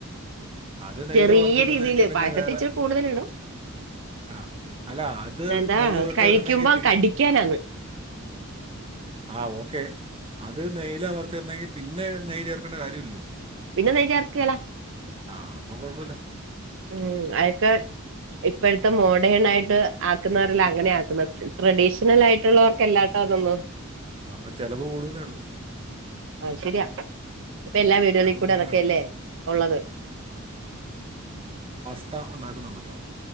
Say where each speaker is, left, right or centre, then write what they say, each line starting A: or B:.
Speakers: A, on the right; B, on the right.
A: അത് നെയ്യിലാ
B: ചെറിയ
A: വറുത്തിടുന്നതെങ്കിൽ
B: രീതിയില്
A: പിന്നെ
B: പായസത്തിൽ
A: വേറെ
B: ഇച്ചിരി കൂടുതൽ ഇടും
A: ആ അല്ല അത്
B: എന്താ
A: നെയ്യിൽ വറുത്തിടുന്നെങ്കിൽ
B: കഴിക്കുമ്പോം കടിക്കാനന്ന്
A: ആഹ് ഓക്കെ അത് നെയ്യില വറുത്തരുന്നെങ്കി പിന്നെ നെയ് ചേർക്കേണ്ട കാര്യമല്ലോ
B: പിന്നെ നെയ്യ് ചേർക്കെലാ
A: ആഹ അപ്പൊ കൊഴപ്പമില്ല
B: ഉം അതൊക്കെ ഇപ്പോഴത്തെ മോഡേൺ ആയിട്ട് ആക്കുന്നവരെല്ലാം അങ്ങനെ ആക്കുന്നത് ട്രഡീഷണൽ ആയിട്ടുള്ളവർക്ക്ല്ലാട്ടോന്നൊന്നു
A: അപ്പൊ ചെലവ് കൂടന്നേള്ളു
B: ആഹ ശരിയാ ഇപ്പൊ എല്ലാ വീടുകളിൽ
A: ചിലവ്
B: കൂടെ
A: കൂടാൻ
B: അതൊക്കെയല്ലേ ഉള്ളത്
A: ത്ത ഉണ്ടാക്കുന്നുണ്ടല്ലോ